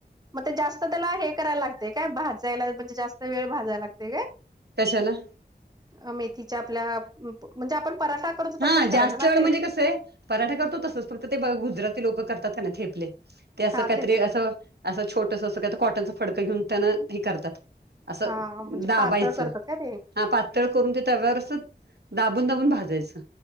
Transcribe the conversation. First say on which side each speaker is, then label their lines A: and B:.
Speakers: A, on the right (about 25°); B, on the right (about 75°).
A: म ते जास्त त्याला हे करायला लागतय काय, भाजायला म्हणजे जास्त वेळ भाजायला लागतय काय?
B: कशाला?
A: अ मेथीच्या आपल्या प म्हणजे आपण पराठा करतो
B: हा
A: तसंच करायचं
B: जास्त
A: ना
B: वेळ
A: ते
B: म्हणजे कसय पराठा करतो तसच फक्त ते ब गुजराती लोक करतात क नाय थेपले ते असं
A: हा
B: काहीतरी
A: थेपला
B: असं असं छोटस असं काय तर कॉटनच फडकं घेऊन त्यान हे करतात. असं
A: हा म्हणजे
B: दाबायचं,
A: पातळ करतात का ते
B: हा पाच पातळ करून ते तव्यावर असं दाबून दाबून भाजायचं.